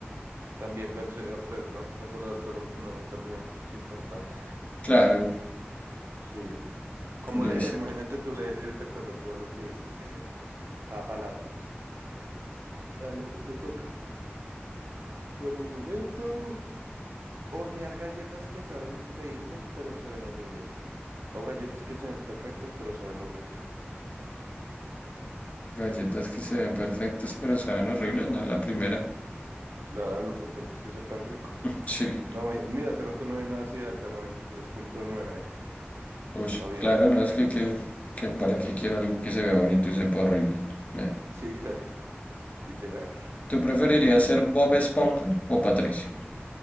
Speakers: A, on the right; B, on the left.
A: También verse, apre- a- recordar todo lo que uno ve también es importante.
B: Claro,
A: Sí. Como
B: listo.
A: leer, <laughs> imagínate tú leer y te acuerdas todo lo que viste. cada palabra. Dale, me toca. Dame un momento. Hornear galletas que saben increíble, pero se ven horribles. O galletas que se ven perfectas, pero se ven horribles.
B: Galletas que se ven perfectas pero saben horribles, ¿no? La primera.
A: La verdad, lo importante es que sepan rico.
B: Sí.
A: No, eh, mira, hace rato no vi una así de alta, noventa y tres punto nueve
B: Uy,
A: obviamente.
B: claro, no
A: <laughs>
B: es que, que, que para qué quiero algo que se vea bonito y sepa horrible. No.
A: Sí, esa- literal.
B: ¿Tú preferirías ser Bob Esponja o Patricio?